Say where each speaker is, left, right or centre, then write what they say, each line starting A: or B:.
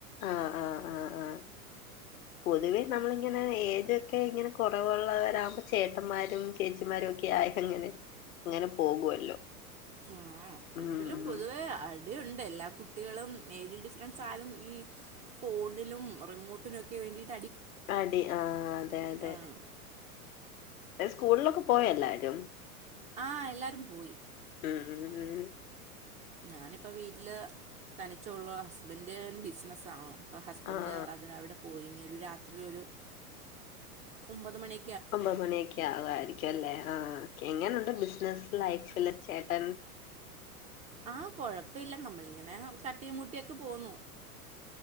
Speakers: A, on the left; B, on the right.
A: ആഹ്. ആഹ് ആഹ് ആഹ്.. പൊതുവേ നമ്മളിങ്ങനെ ഏജൊക്കെ ഇങ്ങനെ കുറവുള്ളവരാകുമ്പോ ചേട്ടന്മാരും ചേച്ചിമാരും ഒക്കെ ആയി അങ്ങനെ ഇങ്ങനെ പോകുവല്ലോ
B: ആ
A: ഉം
B: എങ്കിലും
A: ഉം
B: പൊതുവേ അടിയുണ്ട് എല്ലാ കുട്ടികളും ഏജ് ഫ്രണ്ട്സ് ആയലും ഈ ഫോണിനും റിമോട്ടിനും ഒക്കെ വേണ്ടിട്ട്
A: അടി ആഹ്.. അതെ അതെ
B: ഉം.
A: സ്കൂളിലൊക്കെ പോയ എല്ലാരും
B: ആഹ് എല്ലാരും പോയി
A: ഉം ഉം ഉം
B: ഞാനിപ്പോ വീട്ടില് തനിച്ചുള്ളൂ ഹസ്ബന്ഡ് ബിസിനസ് ആണ്.. ഇപ്പൊ ഹസ്ബൻഡ്
A: ആഹ്
B: അതിനവിടെ പോയി ഒരു രാത്രി ഒരു ഒമ്പത് മണി
A: ഒമ്പത് മണിയൊക്കെ ആവുമായിരിക്കും അല്ലേ ആ എങ്ങനെയുണ്ട് ബിസിനസ് ലൈഫ് പിള്ളർ ച്ചേട്ടൻ
B: ആഹ കൊഴപ്പില്ല നമ്മളിങ്ങനെ തട്ടി മൂട്ടിയൊക്കെ പോന്നു.......